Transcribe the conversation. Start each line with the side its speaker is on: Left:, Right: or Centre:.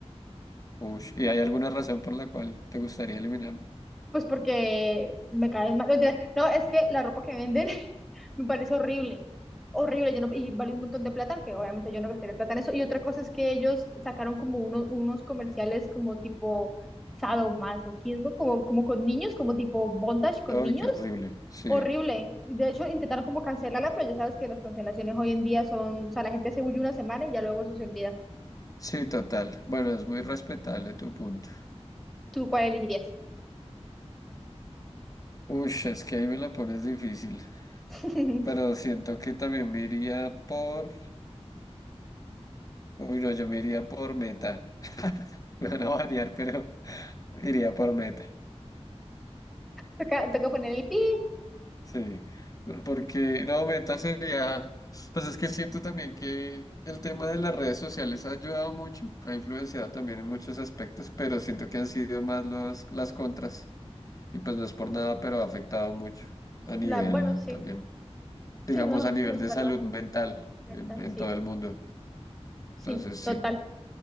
Left: Uy, ¿y hay alguna razón por la cual te gustaría eliminarla?
Centre: Pues porque me caen mal. No, mentira. No, es que la ropa que venden <laughs> me parece horrible. Horrible. Yo no, y vale un montón de plata, que obviamente yo no gastaría plata en eso. Y otra cosa es que ellos sacaron como uno- unos comerciales como tipo sadomasoquismo, como, como con niños, como tipo bondage con
Left: Ay,
Centre: niños.
Left: qué horrible. Sí,
Centre: Horrible. De hecho, intentaron como cancelarla, pero ya sabes que las cancelaciones hoy en día son, o sea, la gente se huye una semana y ya luego eso se olvida.
Left: sí, total. Bueno, es muy respetable tu punto.
Centre: ¿Tú cuál elegirías?
Left: Uy, es que ahí me la pones difícil.
Centre: <laughs>
Left: Pero siento que también me iría por. Uy, no, yo me iría por meta. <laughs> Me van a banear, pero iría por meta.
Centre: Toca, toca poner el pi.
Left: Sí. Por- Porque, no, meta sería. Pues es que siento también que el tema de las redes sociales ha ayudado mucho, ha influenciado también en muchos aspectos, pero siento que han sido más los, las contras. Y pues no es por nada, pero ha afectado mucho
Centre: <laughs>
Left: a nivel
Centre: La, bueno, sí.
Left: también, digamos,
Centre: Sí, no,
Left: a
Centre: es
Left: nivel
Centre: no es
Left: de
Centre: verdad.
Left: salud mental
Centre: Mental,
Left: en en
Centre: sí.
Left: todo el mundo.
Centre: Sí,
Left: Entonces sí,
Centre: total.